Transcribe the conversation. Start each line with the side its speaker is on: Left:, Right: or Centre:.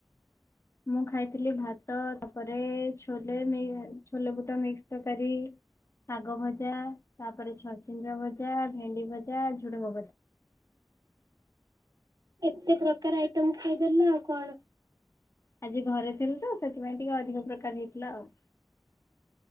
Left: ମୁଁ ଖାଇଥିଲି ଭାତ ତାପରେ ଛୋଲେ ମି ଛୋଲେବୁଟ ମିକ୍ସ ତରକାରି। ଶାଗ ଭଜା ତାପରେ ଛଚିନ୍ଦ୍ର ଭଜା ଭେଣ୍ଡି ଭଜା ଝୁଡୁଙ୍ଗ ଭଜା।
Right: ଏତେ ପ୍ରକାର ଆଇଟମ୍ ଖାଇଦେଲ ଆଉ କଣ।
Left: ଆଜି ଘରେ ଥିଲୁ ତ ସେଥିପାଇଁ ଟିକେ ଅଧିକ ପ୍ରକାର ହେଇଥିଲା ଆଉ।